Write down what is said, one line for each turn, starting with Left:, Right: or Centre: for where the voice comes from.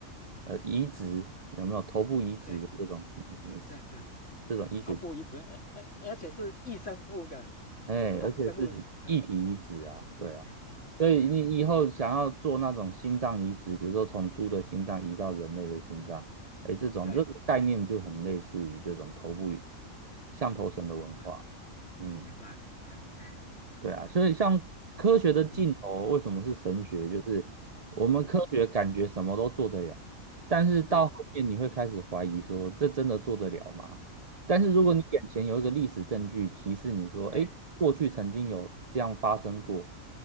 Right: 呃移植有没有头部移植的这种嗯
Left: 对对对，
Right: 这种医学，
Left: 口不一致，而而而且是异生物的，
Right: 哎，
Left: 是不同生物的，
Right: 而且是异体移植啊，对啊，
Left: 嗯啊、
Right: 所以你以后想要做那种心脏移植，
Left: 对
Right: 比如说从猪的心脏移到人类的心脏，哎，这种这个概念就很类似于这种头部
Left: 对，
Right: 象头神的文化，
Left: 明白
Right: 嗯。
Left: 明白明白，哎，
Right: 对啊，所以像科学的尽头为什么是神学？
Left: 嗯，对
Right: 就是我们科学感觉什么都做得了，
Left: 是，
Right: 但是到后面你会开始怀疑说，
Left: 对
Right: 这真的做得了吗？但是如果你眼前有一个历史证据提示你说，
Left: 是，
Right: 哎，
Left: 对
Right: 过去曾经有这样发生过，